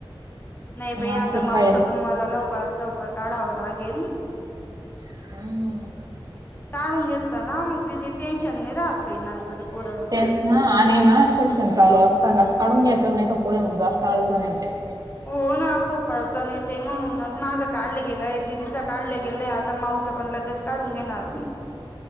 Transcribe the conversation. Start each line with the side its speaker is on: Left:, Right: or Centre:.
Left: नाही बाई
Right: असं
Left: आता मावचं
Right: फाईल
Left: पण मला लवकरात लवकर काढावं लागेल.
Right: हम् <unintelligible>
Left: टाळून घेतला ना मग दिदी टेन्शन नाही राहत बाई नंतर पुढं.
Right: तेच ना आणि ना शिक्षण चालू असतानास काढून घ्यायचा नाही तर पुढे मग जास्त अडचण येते.
Left: हो ना खूप अडचण येते, म्हणूनच माझं काढलं गेलंय दिदीचा काढलं गेलंय आता माऊच पण लगेच काढून घेणार मी.